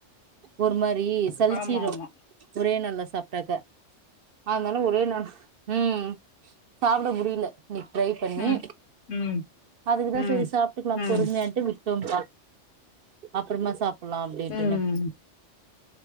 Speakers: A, on the right; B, on the left.
A: ஒரு ம சலி சலிச்சுரும்
B: ஆமா ஆமா
A: ஒரே நாள்ல சாப்ட்டாக்க அதுனால ஒரே நாள் உம் சாப்பிட முடில இன்னக்கி ட்ரை பண்ணி
B: ம் ம்
A: அதுக்கு தா
B: ம்
A: ப்படி சாப்பிட்டுக்கலா
B: ம்
A: பொறுமையான்ட்டு விட்டோங்க்கா அப்பறமா சாப் புல்லா அப்டீன்டுன்னு
B: ம்